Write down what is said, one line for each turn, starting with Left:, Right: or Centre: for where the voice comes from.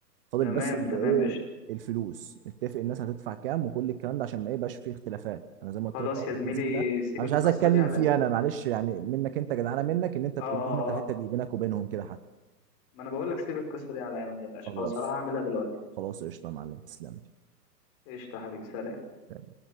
Right: فاضل
Left: تمام
Right: بس ال-
Left: تمام
Right: ايه
Left: قشطه
Right: الفلوس نتفق الناس هتدفع كام وكل الكلام ده عشان ما يبقاش فيه اختلافات انا زي ما
Left: خلاص
Right: قلت لك حوار
Left: يا
Right: البنزين
Left: زميلي
Right: ده
Left: سيب
Right: انا
Left: القصه
Right: مش عايز اتكلم
Left: دي عليا
Right: فيه انا معلش يعني منك انت جدعانه منك ان انت
Left: اه
Right: تقول
Left: اه
Right: لهم انت الحته
Left: اه
Right: دي بينك وبينهم كده
Left: ما انا بقول لك سيب القصه دي عليا ما تقلقش
Right: خلاص
Left: خلاص هروح اعملها دلوقتي
Right: خلاص قشطة يا معلم تسلم
Left: قشطه يا حبيبي سلام
Right: لي.